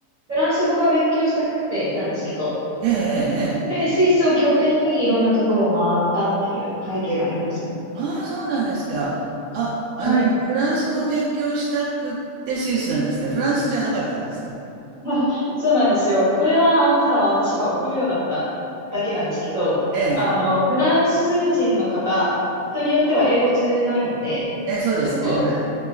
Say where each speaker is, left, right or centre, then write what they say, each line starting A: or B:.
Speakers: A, on the right; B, on the right.
A: フランス語が勉強したくて行ったんですけど、
B: ええ、ええ、
A: で、
B: ええ
A: スイスを拠点にいろんなところを回ったっていう背景がありますね。
B: ああ、そうなんですか。あ、あの、
A: はい。
B: フランス語を勉強したくってスイスなんですかフランスじゃなかったんですか
A: <laughs> そうなんですよ。これは、あの、ただ私が臆病だっただけなんですけど、
B: ええ、
A: あの、フランス人の方、人によっては英語通じないんで、
B: ええ、そうですね。
A: ちょっと、
B: はい。